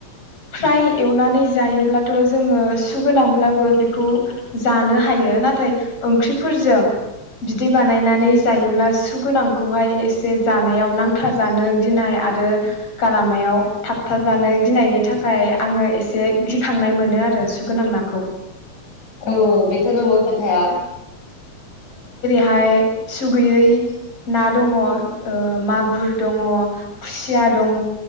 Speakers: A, on the left; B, on the left.
A: फ्राय एवनानै जायोब्लाथ जोङो सुगोनांब्लाबो बेखौ जानो हायो नाथाय ओंख्रिफोरजों बिदि बानायनानै जायोब्ला सुगोनांखौहाय एसे जानायाव नांथा जानो गिनाय आरो गारामायाव थाब था जानो गिनायनि थाखाय आङो एसे गिखांनाय मोनो आरो सुगोनां नाखौ ।
B: औ बेथ' नोंगौ खोथा।
A: बाहाय सुगैयै ना दङ ओ मागुर दङ खुसिया दङ